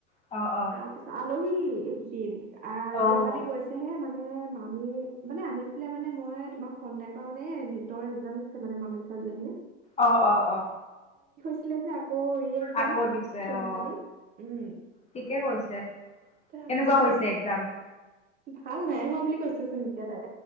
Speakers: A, on the left (about 15°); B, on the right (about 25°).
A: অ', অ',
B: তাৰ পিছত আলহী এইকেইদিন আহ
A: অ',
B: যোৱাকালি গৈছেহে। মানে, মামি মানে আহিছিলে মানে মই তোমাক ফোন নাই কৰা মানে এ নিটৰ এক্সাম দিছে মানে মামি। চালে নে?
A: অহ, অহ, অহ।
B: যে আকৌ ৰি এক্জাম
A: আকৌ দিছে,
B: যোৱাকালি
A: অ
B: উম
A: ঠিকে কৈছে
B: তাৰপিছত
A: কেনেকুৱা হৈছে এক্সাম?
B: ভাল নাই হোৱা বুলি কৈছে চোন এতিয়া তাই।